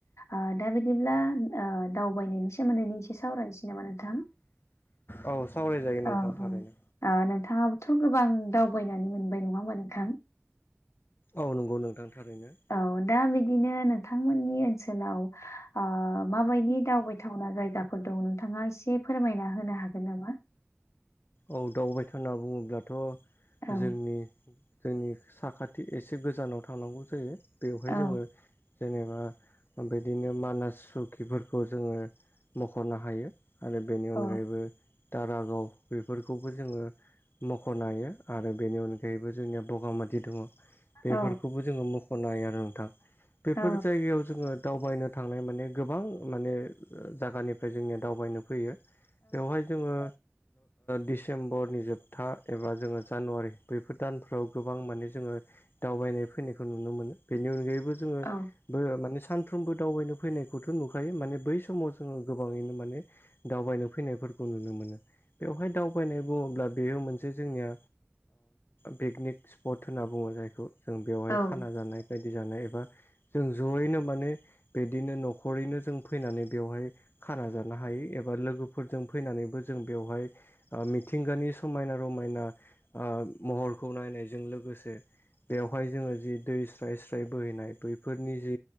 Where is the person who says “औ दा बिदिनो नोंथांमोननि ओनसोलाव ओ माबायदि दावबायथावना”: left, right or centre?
Left